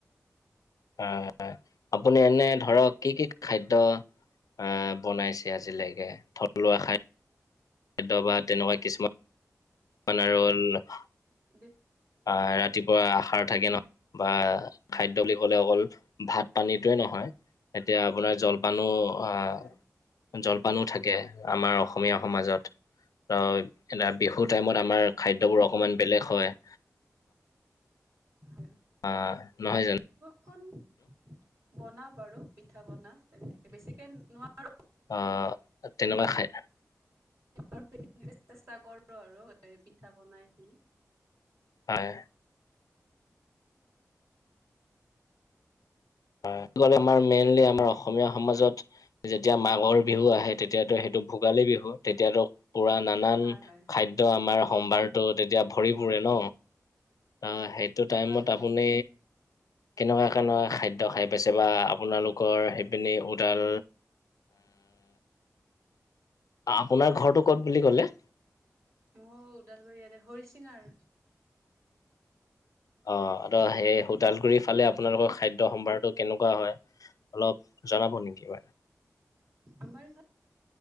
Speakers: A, on the left; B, on the right.
A: আহ আপুনি এনে ধৰক কি কি খাদ্য অ বনাইছে আজিলৈকে থলুৱা খা খাদ্য বা তেনেকুৱা কিছুমান <unintelligible>
B: <inaudible>
A: আহ ৰাতিপুৱা আহাৰ থাকে নহ বা খাদ্য বুলি কলে অকল ভাত পানীটোৱে নহয়। এতিয়া আপোনাৰ জলপানো আহ
B: হয় হয়।
A: জলপানো থাকে আমাৰ অসমীয়া সমাজত এ বিহু
B: হয়
A: টাইমত আমাৰ খাদ্যবোৰ অকমান বেলেগ হয়।
B: হয়।
A: আহ নহয় জানো?
B: <unintelligible> বনাও বাৰু পিঠা পনা তেনেকে বেছিকে নোৱাৰো।
A: অ তেনেকুৱা খাই
B: <unintelligible> চেষ্টা কৰো আৰু এই পিঠা বনাই খিনি।
A: হয়। হয়, কব গলে আমাৰ মেইনলি আমাৰ অসমীয়া সমাজত যেতিয়া মাঘৰ বিহু আহে তেতিয়াতো সেইটো ভোগালী বিহু, তেতিয়াতো পুৰা নানান
B: হয় হয়
A: খাদ টো আমাৰ সম্ভাৰতো তেতিয়া ভৰি পুৰে ন ত সেই টো টাইমত
B: হয় হয়।
A: আপুনি কেনেকুৱা কেনেকুৱা খাদ্য খাই পাইছে বা আপোনালোকৰ সেইপিনি উডাল আপোনাৰ ঘৰটো ক'ত বুলি ক'লে?
B: মোৰ ওদালগুৰি ইয়াতে হৰিচিঙৰ
A: অ ত সেই ওদালগুৰি ফালে আপোনালোকৰ খাদ্যয় সম্ভাৰটোক কেনেকুৱা হয়, অলপ জনাব নেকি মানে?
B: আমাৰ এইফালে